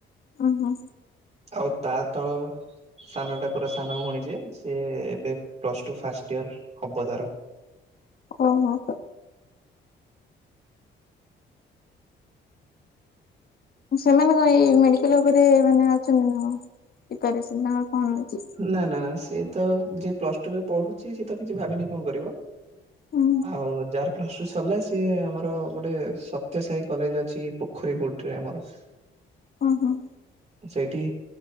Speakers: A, on the left; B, on the right.
A: ଓହୋ।
B: ଆଉ ତା ତଳ ସାନ ଟା ପୁରା ସାନ ଭଉଣୀ ଯିଏ ସିଏ ଏବେ ପ୍ଲସ ଟୁ ଫାଷ୍ଟ ଇୟର ହବ ତାର।
A: ଓହୋ। ସେମାନଙ୍କ ଏଇ ମେଡିକାଲ ଉପରେ ମାନେ ଅଛନ୍ତି ନା। ପ୍ରିପାରେସନ ତାଙ୍କର କଣ ଅଛି?
B: ନା ନା ସେ ତ ଯିଏ ପ୍ଲସ ଟୁରେ ପଢୁଛି ସିଏ ତ କିଛି ଭାବିନି କଣ କରିବ
A: ହୁଁ
B: ଆଉ ଯାର ପ୍ଲସ ଟୁ ସରିଲା ସିଏ ଆମର ଗୋଟେ ସତ୍ୟ ସାହି କଲେଜ ଅଛି ପୋଖରୀ ବୋଟରେ ଆମର
A: ହଁ ହଁ।
B: ସେଇଠି